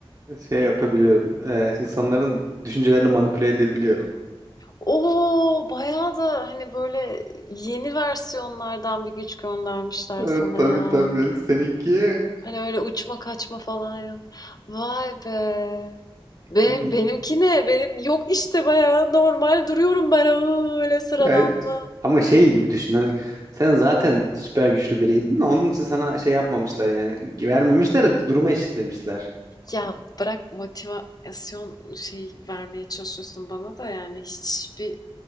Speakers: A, on the right; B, on the left.
A: Şey yapabiliyorum. e, insanların düşüncelerini manipüle edebiliyorum.
B: Oo bayağı da hani böyle yeni versiyonlardan bir güç göndermişler
A: Evet,
B: sana
A: tabii
B: ya.
A: tabii. Seninki
B: Hani öyle uçma kaçma falan yok. Vay be. Benim,
A: Abi,
B: benimki ne? Benim yok işte bayağı normal duruyorum ben öyle sıradanla.
A: ya Ama şey gibi düşün. hani sen zaten süper güçlü biriydin. Onun için sana şey yapmamışlar yani. Vermemişler, durumu eşitlemişler.
B: Ya bırak motivasyon şey vermeye çalışıyorsun bana da yani hiçbir